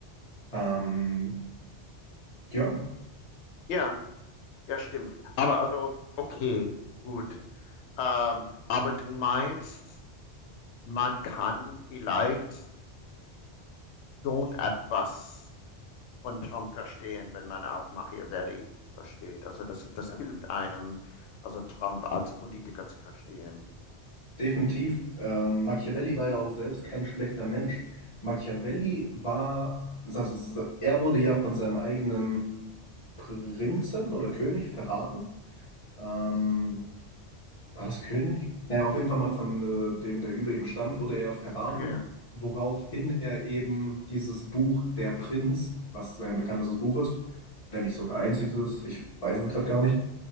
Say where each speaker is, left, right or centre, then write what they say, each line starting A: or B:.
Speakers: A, on the left; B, on the left.
A: Ähm, ja,
B: ja, ja, stimmt. Aber also, okay, gut. Ähm, aber du meinst, man kann vielleicht. schon etwas von Trump verstehen, wenn man auch Machiavelli versteht. Also das, das hilft einem, also Trump als Politiker zu verstehen.
A: definitiv. Ähm, Machiavelli war ja auch selbst kein schlechter Mensch. Machiavelli war, also er wurde ja von seinem eigenen Prinzen oder König verraten. Ähm, War das König? Naja, auf jeden Fall mal von äh, dem, der über ihm stand, wurde er verraten,
B: Ja, ja,
A: woraufhin er eben dieses Buch Der Prinz, was sein bekanntestes Buch ist, wenn nicht sogar einziges, ich weiß es gerade gar nicht,